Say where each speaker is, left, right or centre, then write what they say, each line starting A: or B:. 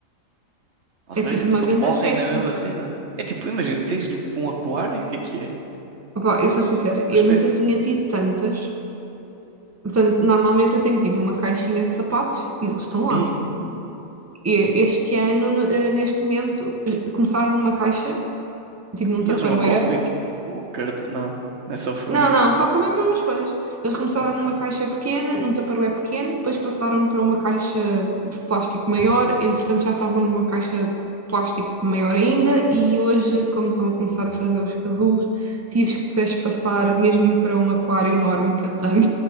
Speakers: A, on the right; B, on the right.
A: Ou seja,
B: É tipo uma
A: tipo,
B: grande
A: eles morrem
B: festa.
A: na mesma cena. É tipo, imagina, tens tipo, um aquário, o que é que é?
B: Opa, eu sou sincera, eu
A: Uma espécie.
B: nunca tinha tido tantas. Portanto, normalmente eu tenho tipo uma caixinha de sapatos e eles estão lá.
A: Ei.
B: E este ano, no- eh, neste momento, eh, começaram numa caixa, tipo num
A: E
B: Tupperware,
A: eles não comem, tipo, o cartão, não, é só folhas.
B: Não, não, só comem mesmo as folhas. Eles começaram
A: Ah, ok.
B: numa caixa pequena, num tupperware pequeno, depois passaram para uma caixa de plástico maior, entretanto já estavam numa caixa de plástico maior ainda, e hoje, como estão a começar a fazer os casulos, tive que as passar mesmo para um aquário enorme que eu tenho,